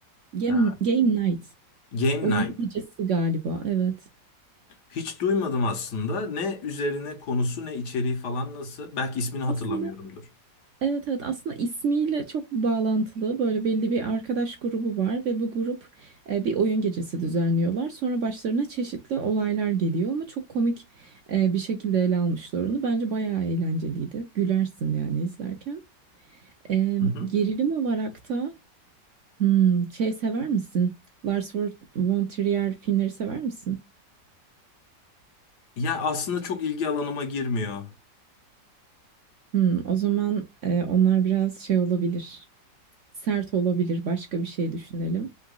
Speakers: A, on the right (about 55°); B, on the left (about 65°).
A: Game,
B: Ee,
A: Game Night.
B: Game
A: Oyun
B: Night.
A: gecesi galiba. Evet.
B: Hiç duymadım aslında. Ne üzerine konusu ne içeriği falan nasıl? Belki ismini hatırlamıyorumdur.
A: Aslında Evet evet aslında ismiyle çok bağlantılı böyle belli bir arkadaş grubu var ve bu grup e, bir oyun gecesi düzenliyorlar. Sonra başlarına çeşitli olaylar geliyor ama çok komik e, bir şekilde ele almışlar onu. Bence bayağı eğlenceliydi. Gülersin yani izlerken. E,
B: Hı hı.
A: gerilim olarak da hmm, şey sever misin? Lars von von Trier filmleri sever misin?
B: Ya aslında çok ilgi alanıma girmiyor.
A: Hmm, o zaman e, onlar biraz şey olabilir. Sert olabilir. Başka bir şey düşünelim.